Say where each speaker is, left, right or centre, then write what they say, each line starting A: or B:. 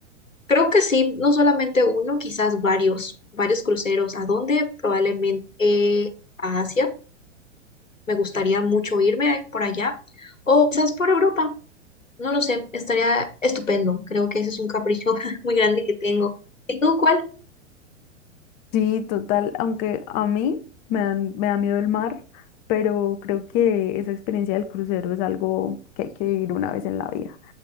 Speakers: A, on the left (about 85°); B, on the left (about 20°).
A: Creo que sí, no solamente uno, quizás varios, varios cruceros. ¿A dónde? Probablemente eh, a Asia. Me gustaría mucho irme por allá. O quizás por Europa. No lo sé, estaría estupendo. Creo que ese es un capricho <laughs> muy grande que tengo. ¿Y tú cuál?
B: Sí, total, aunque a mí me dan- me da miedo el mar, pero creo que esa experiencia del crucero es algo que hay que vivir una vez en la vida.